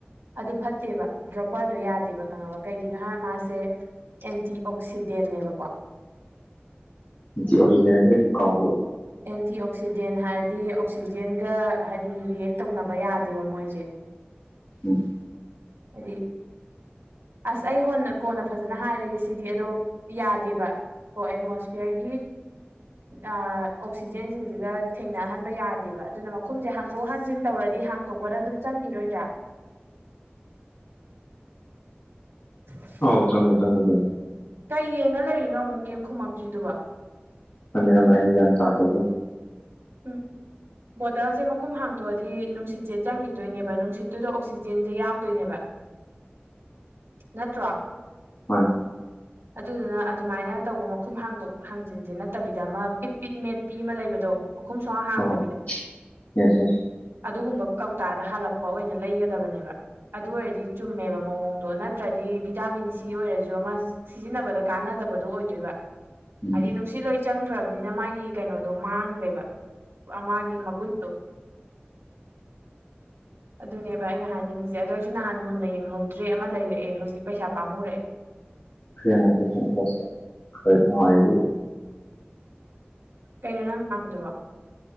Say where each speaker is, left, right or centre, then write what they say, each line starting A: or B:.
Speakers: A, on the right (about 80°); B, on the left (about 60°).
A: ꯑꯗꯨ ꯐꯠꯇꯦꯕ ꯗ꯭ꯔꯣꯄꯔ ꯑꯗꯣ ꯌꯥꯗꯦꯕ ꯈꯪꯉꯕ ꯀꯩꯒꯤꯅꯣ ꯍꯥꯏꯔ ꯃꯥꯁꯦ ꯑꯦꯟꯇꯤ ꯑꯣꯛꯁꯤꯗꯦꯟꯅꯦꯕꯀꯣ <inaudible>
B: ꯏꯆꯦ ꯑꯕꯤꯅꯥꯁꯦ ꯀꯥꯎꯔꯦ
A: ꯑꯦꯟꯇꯤ ꯑꯣꯛꯁꯤꯗꯦꯟ ꯍꯥꯏꯔꯗꯤ ꯑꯣꯛꯁꯤꯖꯦꯟꯒ ꯍꯥꯏꯗꯤ ꯔꯤꯌꯦꯛ ꯇꯧꯅꯕ ꯌꯥꯗꯦꯕ ꯃꯣꯏꯁꯦ
B: ꯎꯝ
A: ꯍꯥꯏꯗꯤ ꯑꯁ ꯑꯩ ꯍꯣꯅ ꯀꯣꯟꯅ ꯐꯖꯅ ꯍꯥꯏꯔꯒꯦ ꯁꯤꯗꯤ ꯑꯗꯣ ꯌꯥꯗꯦꯕ ꯀꯣ ꯑꯦꯠꯃꯣꯁꯐꯤꯌꯔꯒꯤ ꯑꯥ ꯑꯣꯛꯁꯤꯖꯦꯟꯁꯤꯡꯁꯤꯒ ꯊꯦꯡꯅꯍꯟꯕ ꯌꯥꯗꯦꯕ ꯑꯗꯨꯅ ꯃꯈꯨꯝꯁꯦ ꯍꯥꯡꯇꯣꯛ ꯍꯥꯡꯖꯤꯟ ꯇꯧꯔꯗꯤ ꯍꯥꯡꯇꯣꯛꯄꯗ ꯑꯗꯨꯝ ꯆꯪꯈꯤꯔꯣꯏꯗ꯭ꯔꯥ <unintelligible>
B: ꯑꯥꯎ ꯆꯪꯉꯦ ꯆꯪꯉꯦ ꯆꯪꯉꯦ
A: ꯀꯩ ꯌꯦꯡꯉ ꯂꯩꯔꯤꯅꯣ ꯑꯃꯨꯛ ꯀꯩꯝ ꯈꯨꯝꯃꯛꯇ꯭ꯔꯤꯗꯨꯕꯣ
B: ꯅꯣꯏ ꯃꯌꯥꯝ ꯍꯥꯏꯔꯦ ꯒ꯭ꯌꯥꯟ ꯇꯥꯗꯦꯕꯣ
A: ꯎꯝ ꯕꯣꯇꯜꯁꯦ ꯃꯈꯨꯝ ꯍꯥꯡꯗꯣꯛꯑꯗꯤ ꯅꯨꯡꯁꯤꯠꯁꯦ ꯆꯪꯈꯤꯗꯣꯏꯅꯦꯕ ꯅꯨꯡꯁꯤꯠꯇꯨꯗ ꯑꯣꯛꯁꯤꯖꯦꯟꯁꯦ ꯌꯥꯎꯗꯣꯏꯅꯦꯕ ꯅꯠꯇ꯭ꯔꯣ
B: ꯍꯣꯏ
A: <inaudible> ꯑꯗꯨꯗꯨꯅ ꯑꯗꯨꯃꯥꯏꯅ ꯇꯧꯕ ꯃꯈꯨꯝ ꯍꯥꯡꯇꯣꯛ ꯍꯥꯡꯖꯤꯟꯁꯦ ꯅꯠꯇꯕꯤꯗ ꯑꯃ ꯄꯤꯠ ꯄꯤꯠ ꯃꯦꯠ ꯄꯤ ꯑꯃ ꯂꯩꯕꯗꯣ ꯃꯈꯨꯝ ꯁꯨꯛꯍꯥꯡ ꯍꯥꯡꯗꯕꯤꯗ
B: ꯑꯣ ꯌꯦꯁ ꯌꯦꯁ
A: ꯑꯗꯨꯒꯨꯝꯕ ꯀꯧꯇꯥꯗ ꯍꯜꯂꯛꯄ ꯑꯣꯏꯅ ꯂꯩꯒꯗꯕꯅꯦꯕ ꯑꯗꯨ ꯑꯣꯏꯔꯗꯤ ꯆꯨꯝꯃꯦꯕ ꯃꯑꯣꯡꯗꯣ ꯅꯠ ꯅꯠꯇ꯭ꯔꯗꯤ ꯚꯤꯇꯥꯃꯤꯟ ꯁꯤ ꯑꯣꯏꯔꯁꯨ ꯑꯃ ꯁꯤꯖꯤꯟꯅꯕꯗ ꯀꯥꯟꯅꯗꯕꯗꯣ ꯑꯣꯏꯗꯣꯏꯕ
B: ꯎꯝ
A: ꯍꯥꯏꯗꯤ ꯅꯨꯡꯁꯤꯠ ꯂꯣꯏ ꯆꯪꯈ꯭ꯔꯕꯅꯤꯅ ꯃꯥꯒꯤ ꯀꯩꯅꯣꯗꯣ ꯃꯥꯡꯈ꯭ꯔꯦꯕ ꯄꯨꯔꯥ ꯃꯥꯒꯤ ꯃꯒꯨꯟꯗꯣ ꯑꯗꯨꯅꯦꯕ ꯑꯩꯅ ꯍꯥꯏꯅꯤꯡꯉꯤꯁꯦ ꯑꯗꯣ ꯑꯩꯁꯨ ꯅꯍꯥꯟ ꯃꯨꯟꯅ ꯌꯦꯡꯍꯧꯗ꯭ꯔꯦ ꯑꯃ ꯂꯩꯔꯛꯑꯦ ꯍꯧꯖꯤꯛ ꯄꯩꯁꯥ ꯄꯥꯃꯨꯔꯛꯑꯦ
B: ꯆꯥꯁ ꯇꯧꯊꯣꯛ ꯇꯧꯁꯤꯟ ꯈꯣꯏ ꯃꯥꯍꯣꯏꯗꯤ
A: ꯀꯩꯅꯣ ꯅꯪ ꯉꯥꯡꯉꯤꯗꯨꯕꯣ